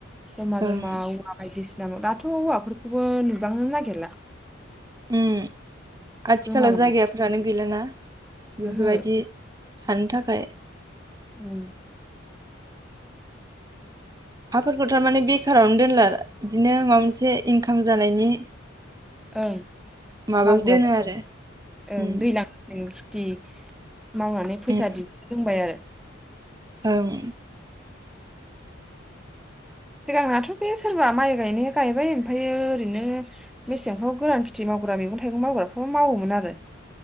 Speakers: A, in the centre; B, on the right.
A: जमा
B: ओं
A: जमा हौवा बायदिसि दाथ हौवाफोरखौबो नुबांनो नागिरला।
B: उम आथिखालाव
A: गोमालांबाय
B: जायगाफोरानो गैलाना बेफोरबायदि
A: ओहो
B: थानो थाखाय।
A: उम
B: हाफोरखौ थारमाने बेखारावनो दोनला बिदिनो माबा मोनसे इनकाम जानायनि
A: ओं
B: माबायाव
A: मावग्रा
B: दोनो
A: जाबाय
B: आरो
A: ओं
B: उम
A: दैज्लांसिम। दि। मावनानै फैसा
B: उम
A: दिहुननो रोंबाय आरो।
B: ओं
A: सिगांनाथ' बे सोरबा माइ गायनाया गायबाय ओमफायो ओरैनो मेसेंफ्राव गोरान खेथि मावग्रा मैगं थाइगं मावग्राफ्रा मावोमोन आरो